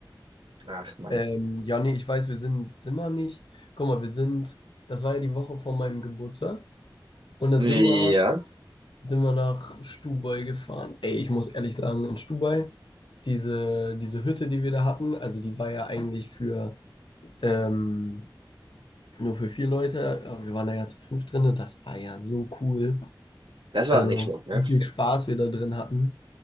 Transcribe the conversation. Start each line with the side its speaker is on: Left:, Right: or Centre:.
Right: Ach, Mann.
Left: Ähm, ja, nee, ich weiß, wir sind, sind wir nicht. Guck mal, wir sind, das war ja die Woche vor meinem Geburtstag. Und dann
Right: Ja,
Left: sind wir, sind wir nach Stubai gefahren. Ey, ich muss ehrlich sagen, in Stubai, diese, diese Hütte, die wir da hatten, also die war ja eigentlich für ähm, nur für vier Leute, aber wir waren da ja zu fünf drin und das war ja so cool.
Right: das war
Left: Also,
Right: nicht schlecht, ne?
Left: wie viel Spaß wir da drin hatten,